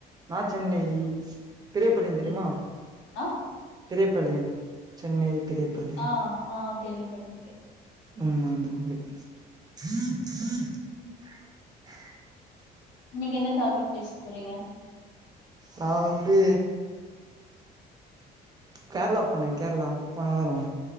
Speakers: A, on the right; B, on the left.
A: நான் சென்னை பெரியபாளியம் தெரியுமா.
B: ம். ஆ
A: பெரியப்பாளியம் சென்னை. பெரியபாளையம்
B: ஆஹ ஆஹ கேள்விப்பட்டுருக்கே.
A: ம் <unintelligible>
B: நீங்க என்ன டாபிக் பேசபோறீங்க.
A: நா வந்து கேரளா போனேன் கேரளா போன வாரோ.